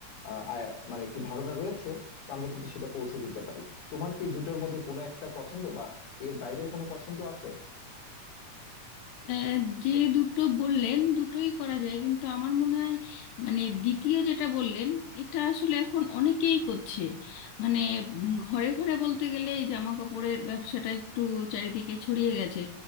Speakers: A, on the left (about 70°); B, on the left (about 85°).
A: আহ, আয়- মানে একটু ধারণা রয়েছে তো আমরা কিন্তু সেটা পৌঁছে দিতে পারি তোমার কি এই দুটোর মধ্যে কোনো একটা পছন্দ বা এর বাইরে কোনো পছন্দ আছে
B: আহ, যে দুটো বললেন দুটোই করা যায় কিন্তু আমার মনে হয় মানে দ্বিতীয় যেটা বললেন এটা আসলে এখন অনেকেই করছে মানে উম, ঘরে ঘরে বলতে গেলে এই জামা কাপড়ের ব্যবসাটা একটু চারিদিকে ছড়িয়ে গেছে